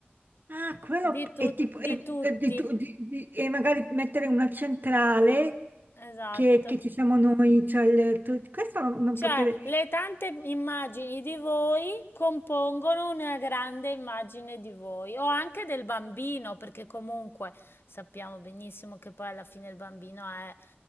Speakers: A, on the right; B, on the left.
A: Ah, quello
B: Di, tu-
A: è tipo, è-
B: di tutti,
A: è di tu- di- di- e magari mettere una centrale
B: esatto.
A: che, che ci siamo noi, cioè il- tu- questo non, non
B: Cioè,
A: poteva,
B: le tante immagini di voi compongono una grande immagine di voi, o anche del bambino, perché comunque sappiamo benissimo che poi alla fine il bambino è,